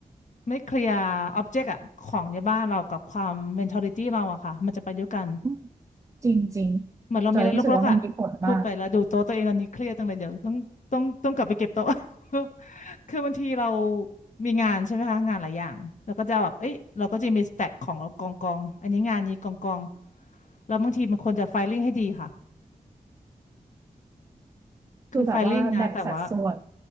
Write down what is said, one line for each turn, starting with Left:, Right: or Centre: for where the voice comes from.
Left: ไม่เคลียร์อ็อบเจกต์อะของในบ้านเรากับความเมนท a ลิตี้เราอะค่ะมันจะไปด้วยกัน
Right: อืมจริงจริง
Left: เหมือนเรามีอะไรรกๆอะพูดไปแล้วดูโต๊ะตัวเองตอนนี้เครียดจังเลยเดี๋ยวต้องต้องต้องกลับไปเก็บโต๊ะ
Right: จอยรู้สึกว่ามันมีผลมาก
Left: <laughs> คือบางทีเรามีงานใช่ไหมคะงานหลายอย่างแล้วก็จะแบบเอ้ยเราก็จะมีสแต็กของเรากองกองอันนี้งานนี้กองกองแล้วบางทีมันควรจะไฟลิ่งให้ดีค่ะ
Right: คือแบบว่าแบ่งสัดส่วน
Left: คือไฟลิ่งนะแต่ว่า